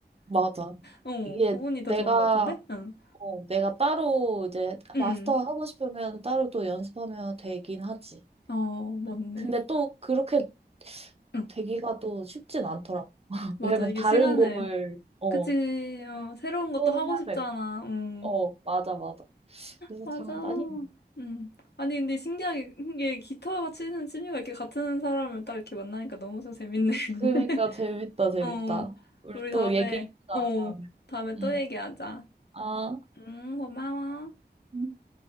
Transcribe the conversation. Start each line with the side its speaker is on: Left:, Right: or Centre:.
Right: 맞아.
Left: 어,
Right: 이게
Left: 그분이 더
Right: 내가,
Left: 좋은 것 같은데? 응.
Right: 어, 내가 따로 이제
Left: 음,
Right: 마스터 하고 싶으면 따로 또 연습하면 되긴 하지.
Left: 어, 맞네.
Right: 응. 근데 또 그렇게
Left: 응,
Right: 되기가 또 쉽진 않더라고. <laughs>
Left: 맞아.
Right: 왜냐면
Left: 이게
Right: 다른
Left: 시간을.
Right: 곡을, 어,
Left: 그치, 어, 새로운 것도
Right: 또
Left: 하고
Right: 해야
Left: 싶잖아.
Right: 되고.
Left: 응.
Right: 어, 맞아, 맞아. 그래서
Left: 맞아.
Right: 장단이?
Left: 음. 아니, 근데 신기하게, 이게 기타 치는 취미가 이렇게 같은 사람을 딱 이렇게 만나니까 너무 서 재밌네. <laughs>
Right: 그러니까 재밌다, 재밌다.
Left: 어,
Right: 우리
Left: 우리
Right: 또
Left: 다음에,
Right: 얘기해보자,
Left: 어,
Right: 다음에.
Left: 다음에 또
Right: 응.
Left: 얘기하자.
Right: 아.
Left: 음, 고마워.
Right: 음.